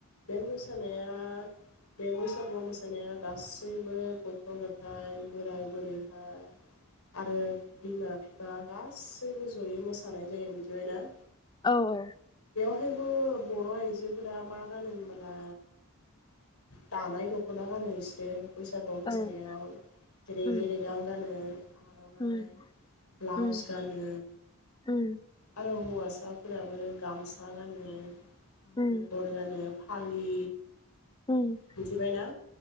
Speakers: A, on the left; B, on the left.
A: बे मोसानाया बे बैसागु मोसानाया गासैबो गथ' गथाइ बोराय बुरैहा आरो बिमा बिफा गासैबो जयै मोसानाय जायो मिथिबायना?
B: औ औ
A: बेवहायबो बर' आइजोफोरा मा गानो होनबोला दानाय दख'ना गानो इसोरो । बैसागु मोसानायाव
B: औ
A: रेगे
B: उम
A: रेगां गानो आर'नाइ
B: उम
A: ब्लाउस
B: उम
A: गानो
B: उम
A: आरो हौवा हौवाफोराबो गामसा गानो ।
B: उम
A: मगर जानो फालि
B: उम
A: मिथिबायना